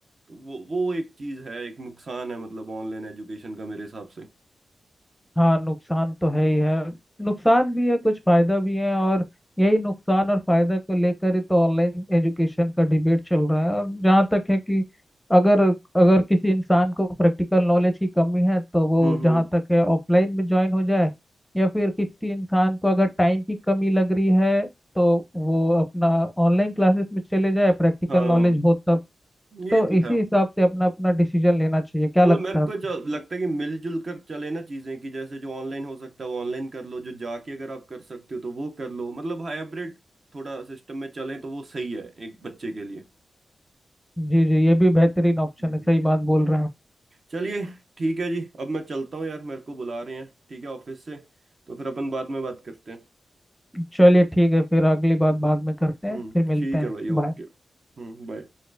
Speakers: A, on the right; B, in the centre.
A: तो वो वो एक चीज है एक नुकसान है मतलब ऑनलाइन एजुकेशन का मेरे हिसाब से
B: हाँ नुकसान तो है ही है नुकसान भी है कुछ फायदा भी है और यही नुकसान और फायदा को लेकर ही तो ऑनलाइन एजुकेशन का डिबेट चल रहा है और जहाँ तक है कि अगर अगर किसी इंसान को प्रैक्टिकल नॉलेज की कमी है तो वो
A: हम्म
B: जहाँ
A: हम्म
B: तक है ऑफलाइन में ज्वाइन हो जाए या फिर किसी इंसान को अगर टाइम की कमी लग रही है तो वो अपना ऑनलाइन क्लासेस में चले जाए प्रैक्टिकल
A: हाँ
B: नॉलेज हो तब
A: ये
B: तो
A: तो
B: इसी
A: है
B: हिसाब से अपना अपना डिसीजन लेना चाहिए क्या
A: मतलब
B: लगता
A: मेरे
B: है आपको
A: को जो लगता है कि मिलजुल कर चले ना चीजें कि जैसे जो ऑनलाइन हो सकता है वो ऑनलाइन कर लो जो जाके अगर आप कर सकते हो तो वो कर लो मतलब हाइब्रिड थोड़ा सिस्टम में चले तो वो सही है एक बच्चे के लिए
B: जी जी ये भी बेहतरीन ऑप्शन
A: हम्म।
B: है सही बात बोल रहे हैं आप।
A: चलिए ठीक है जी अब मैं चलता हूँ यार मेरे को बुला रहे हैं ठीक है ऑफिस से तो फिर अपन बाद में बात करते हैं
B: चलिए ठीक है फिर अगली बात बाद में करते हैं
A: हम्म
B: फिर मिलते
A: ठीक
B: हैं
A: है भाई ओके
B: बाय
A: हम्म बाय